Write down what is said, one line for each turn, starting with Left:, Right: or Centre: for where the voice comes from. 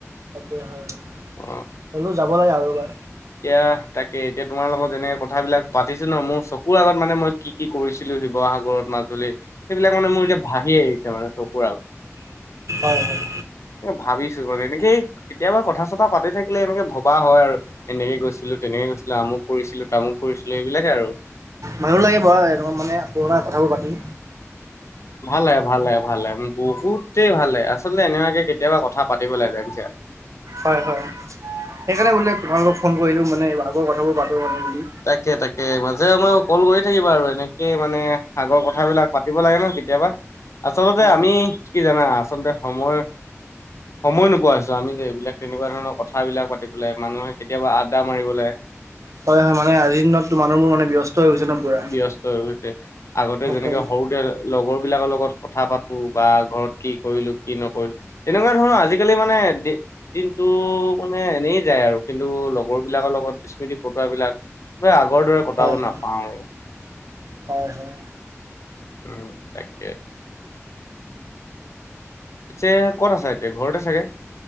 Right: তে হয়
Left: অ
Right: হ'লেও যাব লাগে আৰু এবাৰ।
Left: এতিয়া তাকে এতিয়া তোমাৰ লগত যেনেকে কথা বিলাক পাতিছো ন' মোৰ চকুৰ আগত মানে মই কি -কি কৰিছিলো শিৱসাগৰত, মাজুলী সেইবিলাক মানে মোৰ এতিয়া ভাহি আহিছে মানে চকুৰ আগত।
Right: হয় হয়
Left: ভাবিছো মানে এনেকে কেতিয়াবা কথা- চথা পাতি থাকিলে এনেকে ভবা হয় আৰু। এনেকে গৈছিলো, তেনেকে গৈছিলো আমুক কৰিছিলো, তামুক কৰিছিলো এইবিলাকে আৰু।
Right: ভালো লাগে বাৰো এনেকৈ মানে পুৰণা কথাবোৰ পাতি।
Left: ভাল লাগে - ভাল লাগে- ভাল লাগে বহুতেই ভালে আচলতে এনেুৱাকে কেতিয়াবা কথা পাতিব লাগে জানচা
Right: হয় -হয় সেইকাৰণে বোলে তোমালও ফোন কৰিলো মানে আগৰ কথাবোৰ পাতো মানে বুলি
Left: তাকে -তাকে। তাকে মাজে মই কল কৰি থাকিবা আৰু এনেকেই মানে আগৰ কথাবিলাক পাতিব লাগে ন'কেতিয়াবা আচলতে
Right: অঁ
Left: আমি কি জানা আচলতে সময় সময় নোপোৱা হৈছো আমি যে এইবিলাক তেনেকুৱা ধৰণৰ কথাবিলাক মাতি পেলাই মানুহে কেতিয়াবা আড্ডা মাৰিবলৈ <inaudible>
Right: হয় হয় মানে আজিৰ দিনততো মানুহবোৰ মানে ব্যস্ত হৈ গৈছে ন পুৰা
Left: ব্যস্ত হৈ গৈছে আগতে
Right: সকলো
Left: যেনেকে সৰুতে লগৰ বিলাকৰ লগত কথা পাতো বা ঘৰত কি কৰিলো কি নকৰিলো তেনেকুৱা ধৰৰ আজিকালি মানে দিনটো মানে এনেই যায় আৰু কিন্তু লগৰ বিলাকৰ লগত স্মৃতি কোৱা বিলাক পোৰা আগৰ দৰে কটাব
Right: হয় হয়
Left: নাপাও আৰু।
Right: হয় হয়
Left: উম, তাকেই। পিছে কত আছা এতিয়া ঘৰতে চাগে?